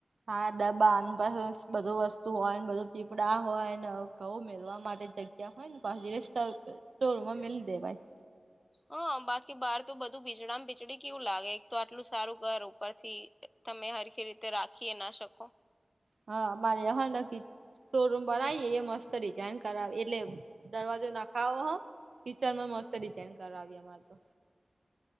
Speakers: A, on the right; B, on the left.
A: હા ડબા <unintelligible> બધું વસ્તુ હોયને બધું પીપડા હોય ને કઉ મેલવા માટે જગ્યા હોય. <unintelligible> સ્ટોરમાં મેલી દેવાય
B: હા બાકી બહાર તો બધું ભીજડામાં ભીજડી કેવું લાગે એક તો આટલું સારું ઘર ઉપરથી તમે હરખી રીતે રાખી એ ના શકો.
A: હા અમારે હા <unintelligible> શોરૂમ બનાવીએ એ મસ્ત ડિઝાઇન કરાવીએ એટલે દરવાજો નાખાવો હો કિચનમાં મસ્ત ડિઝાઇન કરાવી અમારે તો.